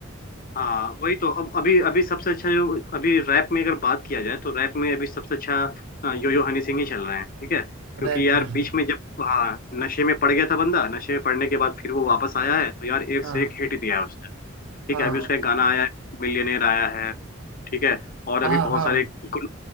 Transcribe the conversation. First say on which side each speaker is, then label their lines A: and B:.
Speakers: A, on the left; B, on the right.
A: हाँ वही तो अब अभी अभी सबसे अच्छा जो अभी रैप में अगर बात किया जाए तो रैप में अभी सबसे अच्छा अ, यो यो हनी सिंह ही चल रहे हैं ठीक है क्योंकि
B: रैप
A: यार
B: में हाँ
A: बीच में जब हाँ नशे में पड़ गया था बंदा नशे में पड़ने के बाद फिर वो वापस आया है तो यार एक
B: हाँ
A: से एक हिट दिया है उसने अभी
B: हाँ
A: ठीक है अभी उसका एक गाना आया है मिलियनेयर आया है ठीक है और
B: हाँ
A: अभी बहुत
B: हाँ
A: सारे गुल-